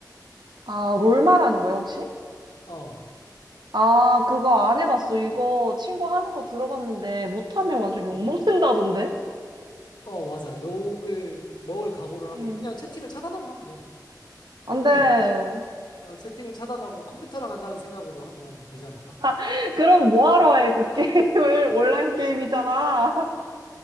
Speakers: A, on the right (about 75°); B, on the left (about 90°).
A: 아, 롤마라는 거야, 혹시?
B: 어,
A: 아, 그거 안 해봤어. 이거 친구 하는 거 들어봤는데, 못하면 완전 욕먹는다던데?
B: 음. 어, 맞아. 욕을 먹을 각오를 하고
A: 응.
B: 그냥 채팅을 차단하고 하면 돼.
A: 안
B: 그냥
A: 돼.
B: 어, 채팅을 차단하고 컴퓨터랑 한다는 생각으로 하면 되지 않을까?
A: <laughs> 그럼 뭐하러 해, 그 게임을? <laughs> 온라인 게임이잖아. <laughs>